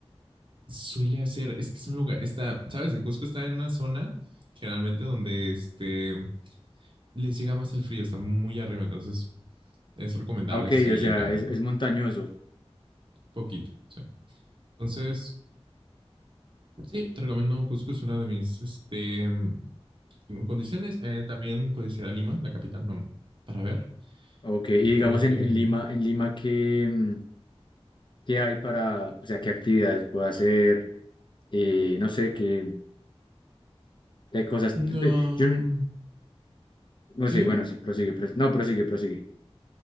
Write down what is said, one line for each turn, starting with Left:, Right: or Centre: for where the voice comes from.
Right: Suele hacer, es que es un lugar, está, sabes, el Cusco está en una zona generalmente donde este les llega más el frío, está muy arriba, entonces es recomendable
Left: Ah, Ok,
Right: sí
Left: o sea,
Right: ir a verga,
Left: es, es montañoso.
Right: poquito, sí. Entonces, sí, te recomiendo Cusco, es una de mis este en condiciones. Eh, también codiciar a Lima, la capital, no, para ver.
Left: Ok, y
Right: Yo
Left: digamos
Right: creo
Left: en,
Right: que...
Left: en Lima, en Lima, ¿qué, mm, qué hay para, o sea, qué actividades puedo hacer? Eh, no sé, qué, qué cosas.
Right: No...
Left: Yo no no
Right: Sí,
Left: sé,
Right: dime.
Left: bueno, sí, prosigue, pros- no, prosigue, prosigue.